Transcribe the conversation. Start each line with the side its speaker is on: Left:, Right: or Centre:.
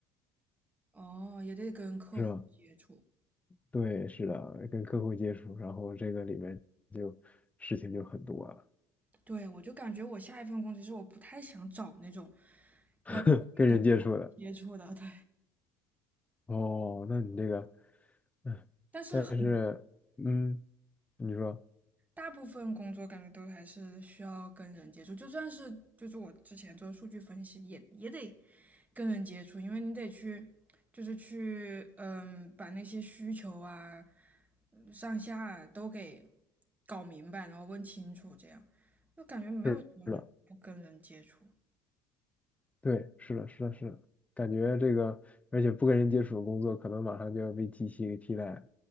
Right: 哦，也得跟客户接触。
Left: 是吧？对，是的，跟客户接触，然后这个里面就事情就很多了，
Right: 对，我就感觉我下一份工，其实我不太想找那种要特别多
Left: <laughs> 跟人接触的。
Right: 接触的，对。
Left: 哦，那你这个，嗯，
Right: 但是很
Left: 但是，嗯，你说
Right: 大部分工作感觉都还是需要跟人接触，就算是就是我之前做数据分析也也得跟人接触，因为你得去就是去嗯把那些需求啊嗯上下啊都给搞明白，然后问清楚，这样就感觉没有什么能不跟人接触。
Left: 是的，对，是的，是的，是的，感觉这个，而且不跟人接触的工作，可能马上就要被机器给替代了，